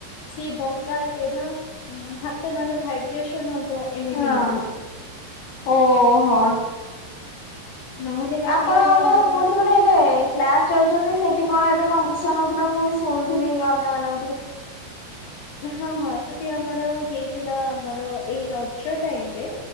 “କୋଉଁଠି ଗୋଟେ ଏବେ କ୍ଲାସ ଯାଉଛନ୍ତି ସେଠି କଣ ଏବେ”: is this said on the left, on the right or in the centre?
Left